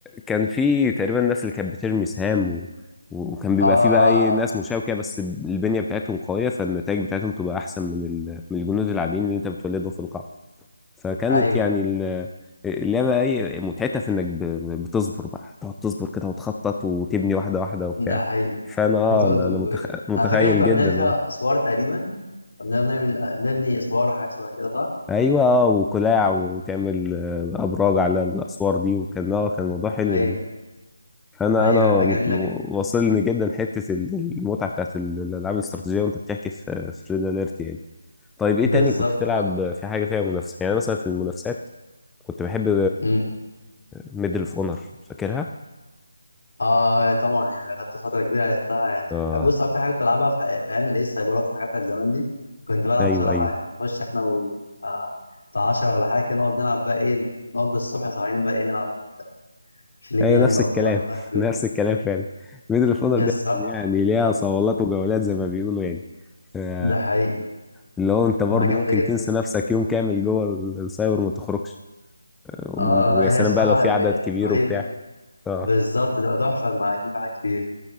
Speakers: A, in the centre; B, on the left (about 70°).
A: كان في تقريبا ناس اللي كانت بترمي سهام و... و- وكان بيبقى
B: اه اه
A: في بقى ايه ناس مشاوكة بس البنية بتاعتهم قوية فالنتائج بتاعتهم تبقى أحسن من ال... من الجنود العاديين اللي أنت بتولدهم في القاعة فكانت
B: آه، ايوه
A: يعني ال... اللعبة ايه متعتها في إنك ب... بتصبر بقى تقعد تصبر كده وتخطط وتبني واحدة واحدة وبتاع
B: ده حقيقي
A: فأنا اه
B: وتقعد
A: أنا
B: و...
A: أنا متخ... متخيل
B: انا فاكر إن احنا
A: جدا
B: كنا بنعمل
A: اه
B: فيها اسوار تقريبا كنا بنعمل نبني اسوار وحاجات شبه كده صح؟
A: أيوه اه وقلاع وتعمل آه، أبراج على الأسوار دي وكان اه كان موضوع حلو
B: ايوه
A: يعني انا
B: ايوه
A: انا
B: لا جميله جدا
A: واصلني جدا حته المتعه بتاعت الالعاب الاستراتيجيه وانت بتحكي في في ريد اليرت يعني طيب ايه
B: بالظبط
A: تاني كنت بتلعب
B: اه
A: في حاجه فيها منافسه يعني أنا مثلا في المنافسات كنت بحب
B: امم
A: ميدل اوف اونر فاكرها
B: اه يعني طبعا يعني خدت فتره كبيره لعبتها يعني
A: اه
B: بص اكتر حاجه كنت بلعبها في في ايام الايه السايبرات والحاجات بتاعت زمان دي كنت بلعب
A: ايوه
B: بصراحه
A: ايوه
B: يعني نخش احنا و آه، بتاع 10 ولا حاجه كده نقعد نلعب بقى ايه نقضي الصبح سهرانين بقى ايه نلعب في لجيان
A: ايوه نفس
B: بقى
A: الكلام
B: وكده ونغير في
A: <laughs>
B: بيوت
A: نفس الكلام فعلا ميدل اوف اونر
B: هي
A: دي
B: الصراحة
A: أصلاً يعني ليها صولات وجولات زي ما بيقولوا يعني آه،
B: ده حقيقي
A: اللي هو انت برضه
B: آه، جامدة
A: ممكن
B: جدا
A: تنسى نفسك يوم كامل جوه السايبر ما تخرجش آه،
B: اه
A: ويا
B: انا
A: سلام
B: هي الصراحة
A: بقى لو في عدد
B: يعني
A: كبير
B: رهيبة
A: وبتاع اه
B: بالظبط ده تحفة مع يكون في حاجات كتير